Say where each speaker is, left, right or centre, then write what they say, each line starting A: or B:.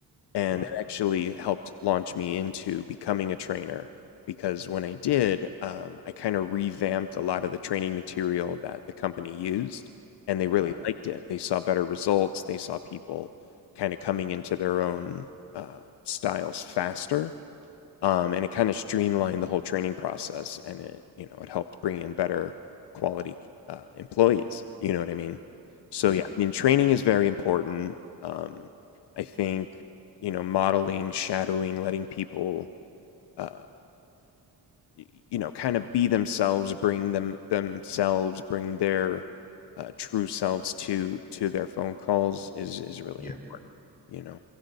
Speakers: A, on the left; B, on the left.
A: and
B: Right.
A: that actually helped launch me into becoming a trainer because when I did, um, I kind of revamped a lot of the training material that the company used, and they really
B: Wow.
A: liked it. They saw better results. They saw people kind of coming into their own uh, styles faster um, and it kind of streamlined the whole training process and it you know it helped bring in better quality uh, employees you know what i mean so
B: Yeah.
A: yeah i mean training is very important um, i think you know modeling shadowing letting people uh, y- you know kind of be themselves bring them themselves bring their uh, true selves to to their phone calls is is really
B: Yeah.
A: important you know